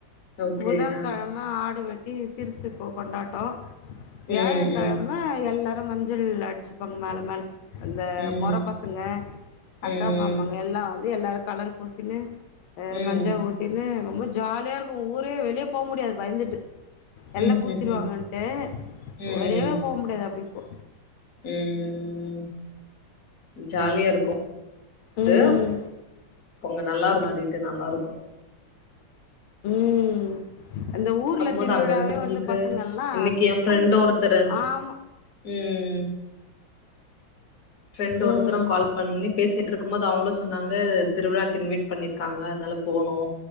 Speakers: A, on the left (about 55°); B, on the left (about 85°).
A: ஓகே
B: புதன்கெழமை
A: ஆ
B: ஆடு வெட் கி சிறுசுக்கு கொண்டாட்டோ வியாழக்கிழம
A: ம் ம்
B: எல்லா அப்புற மஞ்சள் அடிச்சுப்பாங்க மேல மேல அந்த
A: ம்
B: மொற பசங்க அக்கா
A: ம்
B: மாமாங்க எல்லா வந் து எல்லார் கலர் பூசினு அ
A: ம்
B: மஞ்சா ஊத்தினு ரொம்ப ஜாலியாக் உ ஊரே வெளிய போ முடியாது பயந்துட்டு எல்லா
A: ம்
B: பூசிருவாங்கட்டு
A: ம் ம்
B: வெளியேவே போ முடியாது அப்டி ஒ
A: ம் ம் ஜாலியா இருக்கு
B: ம்
A: அ உங்க நல்லா இருக் ஆடிட் நல்லா இருக்கு
B: ம் அந்த ஊர்ல
A: பாக்குபோது
B: திருவிழாவே
A: அங்கங்கங்களுக்கு
B: வந்து பசங்கள்லா
A: இன்னைக்கு எ ஃப்ரண்டு ஓரத்தரு
B: ஆமா
A: ம் ஃபிரெண்டு ஒருத்தரு
B: ம்
A: கால் பண்ணி பேசிட்டு இருக்க முது அவங்களு சொன்னாங்க திருவிழாக்கின்வேட் பண்ணிருக்காங்க அதனால போனு